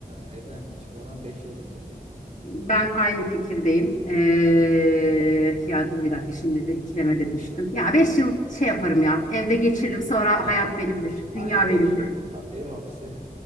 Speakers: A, on the right; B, on the left.
A: e, evden çıkmadan 5 yıl geçirmek mi?
B: ben aynı fikirdeyim. Ee, ya dur bir dakika şimdi de ikileme de düştüm. Ya beş
A: Evet.
B: yıl şey yaparım ya. Evde geçiririm sonra
A: Aynen.
B: hayat benimdir.
A: Aynen
B: Dünya
A: beş
B: benim.
A: yıl
B: <laughs>
A: ha- ev hapsi.